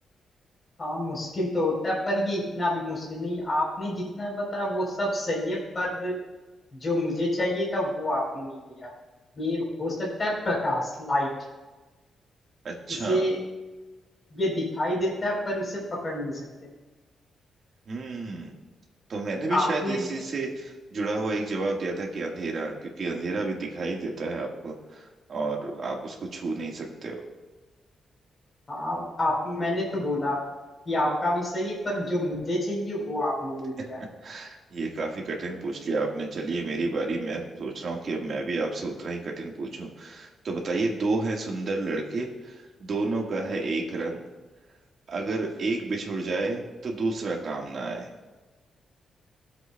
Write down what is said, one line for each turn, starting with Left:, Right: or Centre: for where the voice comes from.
Left: हाँ मुश्किल तो होता है पर ये इतना भी मुश्किल नहीं आपने जितना बताया वो सब सही है पर जो मुझे चाहिए था वो आपने नहीं दिया ये हो सकता है प्रकाश लाइट
Right: अच्छा
Left: इसे ये दिखाई देता है पर इसे पकड़ नहीं सकते
Right: हम्म तो मैंने भी
Left: आपने
Right: शायद इसी
Left: बोला
Right: से जुड़ा हुआ एक जवाब दिया था कि अंधेरा क्योंकि अंधेरा भी दिखाई देता है आपको और आप उसको छू नहीं सकते हो
Left: हाँ आप मैंने तो बोला कि आपका भी सही है पर जो मुझे चाहिए वो आपने नहीं दिया
Right: <laughs> ये काफी कठिन पूछ लिया आपने चलिए मेरी बारी मैं सोच रहा हूँ कि अब मैं भी आपसे उतना ही कठिन पूछूं तो बताइए दो हैं सुंदर लड़के दोनों का है एक रंग अगर एक बिछुड़ जाए तो दूसरा काम ना आए